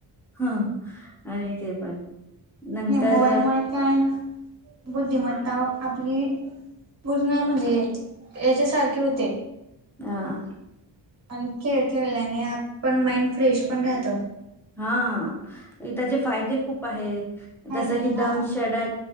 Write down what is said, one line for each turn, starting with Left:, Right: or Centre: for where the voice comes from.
Centre: ह आणि ते पण नंतर
Right: मोबाईल मुळे काय बुद्धिमत्ता व आपली पूर्ण म्हणजे याच्यासारखी होते.
Centre: अ आं.
Right: आणि खेळ खेळल्याने, आपण माइंड फ्रेश पण राहत.
Centre: हा त्याचे फायदे खूप आहेत.
Right: फायदे
Centre: जसं की,
Right: हा
Centre: दम शेडात